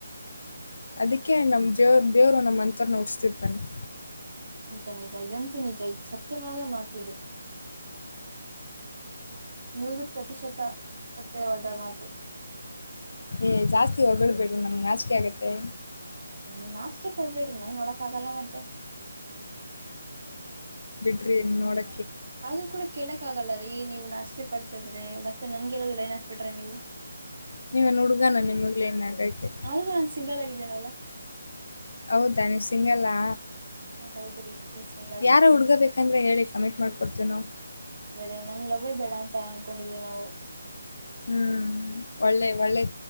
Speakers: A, on the left; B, on the right.
A: ಅದಕ್ಕೆ ನಮ್ ಜೇವರು ದೇವರು ನಮ್ಮ. <unintelligible>
B: <unintelligible> ನಿಜ ಇದಂತೂ ನಿಜ ಇದು ಸತ್ಯವಾದ ಮಾತು ಇದು. ನೂರು ಪ್ರತಿಶತ ಸತ್ಯವಾದ ಮಾತು.
A: ಏ ಜಾಸ್ತಿ ಹೊಗ್ಳ್ಬೇಡ್ರಿ ನಮ್ಗೆ ನಾಚಿಕೆ ಆಗತ್ತೆ.
B: <unintelligible> ನಾಚಕೆ ಪಡ್ಬೇಡ್ರಿ ನಂಗ್ ನೋಡಕ್ ಆಗಲ್ಲ ಮತ್ತೆ.
A: ಟ್ರೇನ್ ನೋಡ್
B: ಅದು ಕೂಡ ಕೇಳಕಾಗಲ್ಲ ರೀ ನೀವು ನಾಚಿಕೆ ಪಡ್ತದ್ರೆ ಮತ್ತೆ <unintelligible> ಲೈನ್ ಹಾಕ್ಬಿಟ್ರಿ ನೀವು
A: ನೀವೆನ್ ಹುಡುಗಣ ನಿಮಗ್ ಲೈನ್ ಅಕಕ್ಕೆ.
B: ಆದ್ರೂ ನಾನ್ ಸಿಂಗಲ್ ಆಗಿದ್ದೀನಲ್ಲ
A: ಹೌದಾ ನೀವ್ ಸಿಂಗಲ್ಲಾ.
B: ಹೌದ್ರಿ ಫುಲ್ ಸಿಂಗಲ್
A: ಯಾರ
B: ನಂಗೆ
A: ಹುಡ್ಗಬೇಕಂದ್ರೆ ಹೇಳಿ ಕಮಿಂಟ್ ಮಾಡಕೊಡ್ತೇವಿ ನಾವು.
B: ಬೇಡ ನಮ್ ಲವ್ ಹೆ ಬೇಡ ಅಂತ ಅನ್ಕೊಂಡಿದ್ವಿ ನಾವು.
A: ಹ್ಮ್ ಒಳ್ಳೆ ಒಳ್ಳೆ